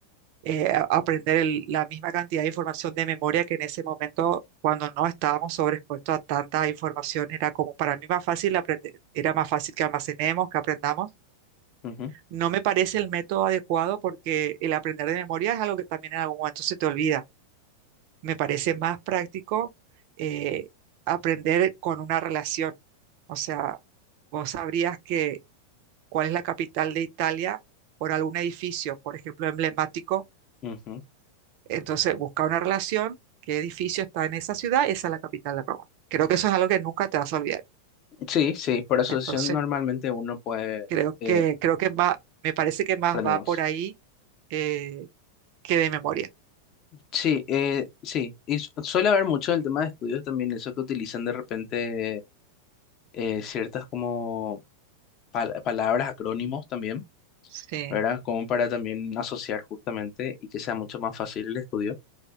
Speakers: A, on the right; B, on the left.
A: eh, a- aprender el- la misma cantidad de información de memoria que en ese momento, cuando no estábamos sobreexpuestos a tanta información, era como para mí más fácil aprender, era más fácil que almacenemos, que aprendamos
B: ujú,
A: No me parece el método adecuado porque el aprender de memoria es algo que también en algún momento se te olvida. Me parece más práctico eh, aprender con una relación. O sea, vos sabrías que cuál es la capital de Italia por algún edificio, por ejemplo, emblemático.
B: ujú.
A: Entonces, busca una relación, qué edificio está en esa ciudad, esa es la capital de Roma. Creo que eso es algo que nunca te vas a olvidar.
B: Sí, sí, por asociación
A: Entonces,
B: normalmente uno puede
A: creo
B: eh,
A: que, creo que va, me parece que más
B: aprender
A: va
B: más.
A: por ahí eh, que de memoria.
B: Sí, eh, sí, y su- suele haber mucho en el tema de estudios también eso que utilizan de repente eh, ciertas como pal- palabras, acrónimos también,
A: Sí,
B: ¿verdad? Como para también asociar justamente y que sea mucho más fácil el estudio.